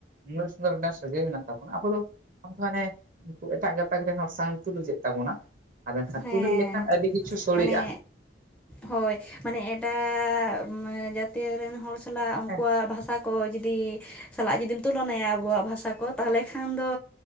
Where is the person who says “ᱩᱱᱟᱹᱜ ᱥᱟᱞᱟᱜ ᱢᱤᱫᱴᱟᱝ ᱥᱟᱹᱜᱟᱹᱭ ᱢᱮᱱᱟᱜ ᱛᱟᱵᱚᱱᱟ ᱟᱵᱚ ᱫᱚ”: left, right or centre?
Right